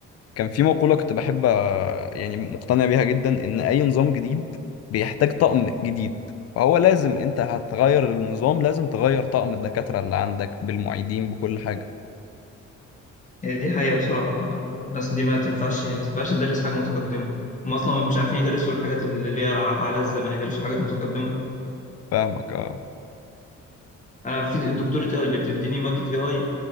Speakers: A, on the left; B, on the left.
A: كان في مقولة كنت بحب آه، يعني مقتنع بيها جدا ان اي نظام جديد بيحتاج طقم جديد فهو لازم انت هتغير النظام لازم تغير طقم الدكاترة اللي عندك بالمعيدين بكل حاجة
B: يعني دي حقيقه بصراحه الناس دي ما تنفعش ما تنفعش تدرس حاجه متقدمه هم اصلا مش عارفين يدرسوا الحاجات اللي اللي هي عفى عليها الزمن يدرسوا حاجات متقدمه
A: فاهمك اه
B: انا في الدكتوره اللي بتديني ماده اي اي